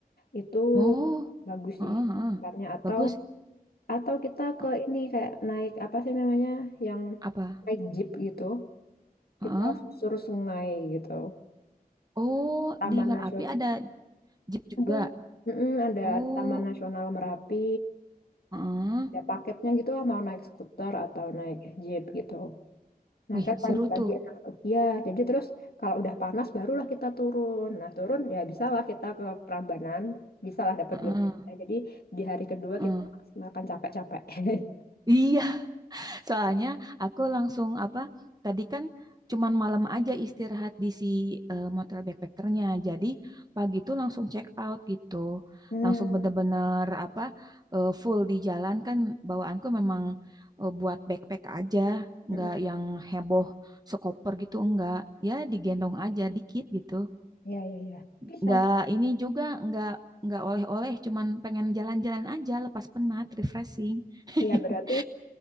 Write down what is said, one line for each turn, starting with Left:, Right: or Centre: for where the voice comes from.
Left: itu
Right: Oh,
Left: bagus
Right: heeh,
Left: sih
Right: heeh.
Left: tempatnya atau
Right: Bagus.
Left: atau kita ke
Right: Eh,
Left: ini kayak naik apa sih namanya yang
Right: Apa?
Left: naik jeep gitu
Right: Heeh.
Left: kita susur sungai gitu.
Right: Oh,
Left: Taman
Right: di Merapi
Left: Nasional
Right: ada jeep juga.
Left: Ada, Mm-mm, ada
Right: Oh,
Left: Taman Nasional Merapi,
Right: heeh.
Left: ada paketnya gitu lah, mau naik skuter atau naik jeep gitu. Nah
Right: Wih,
Left: kan
Right: seru
Left: pagi-pagi
Right: tuh.
Left: enak tuh. Ya, jadi terus kalau udah panas barulah kita turun. Nah turun ya bisalah kita ke Prambanan, bisalah dapat
Right: Heeh,
Left: dua jam. Nah, jadi di hari kedua
Right: heeh.
Left: kita maksimalkan capek-capek. <laughs>
Right: Iya, soalnya aku langsung apa? Tadi kan cuman malam aja istirahat di si eh, motor backpackernya. Jadi pagi tuh langsung check out gitu.
Left: Hmm,
Right: Langsung bener-bener apa? eh, full di jalan kan bawaanku memang eh, buat backpack aja,
Left: mm-mm.
Right: nggak yang heboh sekoper gitu enggak. Ya digendong aja dikit gitu.
Left: Ya, ya, ya. Bisa,
Right: nggak
Left: bisa.
Right: ini juga nggak nggak oleh-oleh cuman pengen jalan-jalan aja lepas penat refreshing <laughs>
Left: Ya berarti